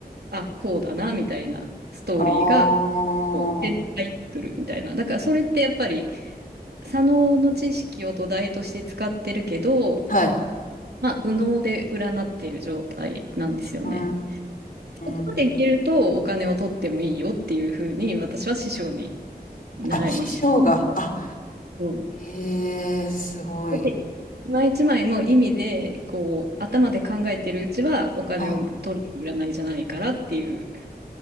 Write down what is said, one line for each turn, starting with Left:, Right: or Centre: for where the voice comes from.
Right: あ、こうだな、みたいなストーリーが、
Left: ああ。
Right: こう全タイトルみたいな。
Left: は
Right: だからそれってやっぱり、左脳の知識を土台として使ってるけど、
Left: い。
Right: まあ、右脳で占ってる状態なんですよね。
Left: うー
Right: そこまでいけるとお金を取ってもいいよっていうふうに私は師匠に
Left: ん。
Right: 習いました。
Left: あ、師匠が。あ、
Right: うん
Left: へえ、すごい。
Right: だって、一枚一枚の意味で、こう、頭で考えてるうちは、お金を取る占いじゃないからっていう
Left: はい。